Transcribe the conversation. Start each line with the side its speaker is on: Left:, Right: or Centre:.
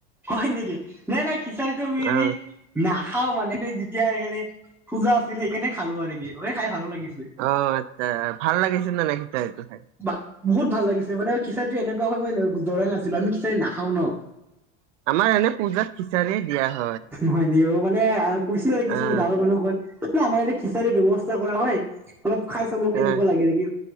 Centre: হয় নেকি? নাই নাই খিচাৰিটো আমি‌ এনে
Right: অ
Centre: না খাওঁ মানে এনেই যেতিয়া আজিকালি পূজা আছিল সেইকাৰণে খালোঁ আৰু কিৰে খাই ভালো লাগিল।
Right: অ' আচ্ছা ভাল লাগিছিল নে নাই খিচাৰিটো খাই?
Centre: বা বহুত ভাল লাগিছে মানে খিচাৰিটো এনেকুৱা হয় মই ন-ধৰাই নাছিলো আমি খিচাৰি নাখাও ন'।
Right: আমাৰ এনে পূজাত খিচাৰি দিয়া হয়।
Centre: হয় নেকি অ' মানে কৈছিলে আৰু কিছুমান
Right: আহ
Centre: গাঁৱৰ মানুহসকল ন' আমাৰ ইয়াতে খিচাৰিৰ ব্যৱস্থা কৰা হয় অলপ খাই চাব কেনেকুৱা
Right: এ,
Centre: লাগে নেকি